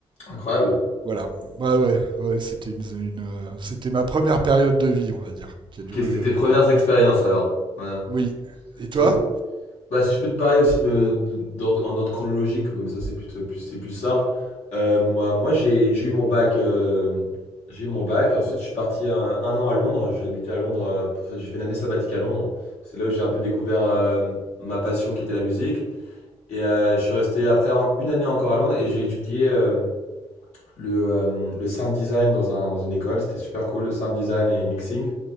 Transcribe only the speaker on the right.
Voilà. Ouais, ouais, ouais, c'était une, une, euh, c'était ma première période de vie, on va dire, qui a duré
euh,
Oui. Et toi